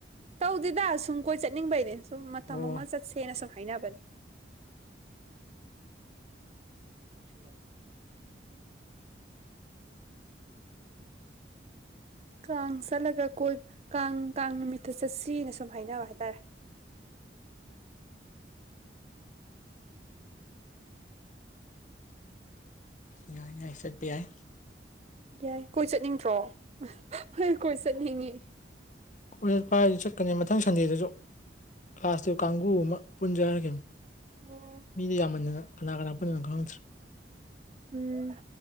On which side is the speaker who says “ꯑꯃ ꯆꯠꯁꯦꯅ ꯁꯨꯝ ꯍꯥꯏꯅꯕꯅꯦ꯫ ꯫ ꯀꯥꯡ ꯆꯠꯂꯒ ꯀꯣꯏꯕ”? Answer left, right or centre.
Right